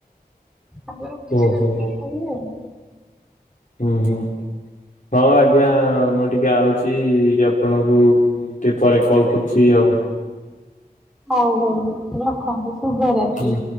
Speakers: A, in the centre; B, on the left.
A: ଆଗରକୁ
B: ଓହୋ
A: ଯିବା ଆଉ ଆଉ
B: ହୁଁ ହୁଁ ହଁ ଆଜ୍ଞା ମୁଁ ଟିକେ ଆଉଛି ଆପଣଙ୍କୁ ଟିକେ ପରେ କଲ୍ କରୁଛି ଆଉ।
A: ହଉ ହଉ ରଖନ୍ତୁ ଶୁଭରାତ୍ରି।
B: ହୁଁ।